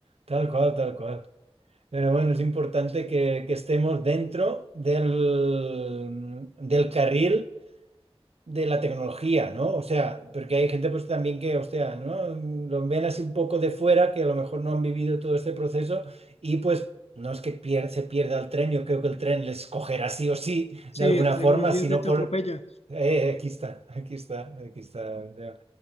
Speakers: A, on the right (about 75°); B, on the left (about 80°).
A: tal cual, tal cual. Pero bueno, es importante que, que estemos dentro del, del carril de la tecnología, ¿no? O sea, porque hay gente pues también que, hostia, ¿no? Lo ven así un poco de fuera, que a lo mejor no han vivido todo este proceso y pues no es que pier- se pierda el tren, yo creo que el tren les cogerá sí o sí,
B: Sí,
A: de alguna
B: el tren
A: forma,
B: hoy en día
A: sino
B: te te
A: por...
B: atropella.
A: eh, aquí está, aquí está, aquí está. ya.